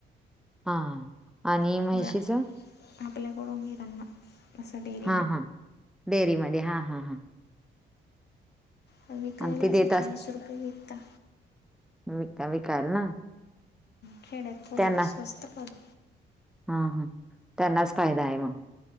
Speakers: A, in the centre; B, on the left.
A: हा आणि
B: म्हणजे
A: म्हशीच
B: आणि आपल्याकडून घेताना आसा टे
A: हां हां डेअरी मध्ये हां हां हां
B: ह विकायला
A: आणि ती
B: असं
A: देत
B: चाळीस रुपये विकता
A: विकता विकाल ना
B: खेडयात थोडं
A: त्यांना
B: स्वस्त पडत.
A: हा हा त्यांनाच फायदा आहे मग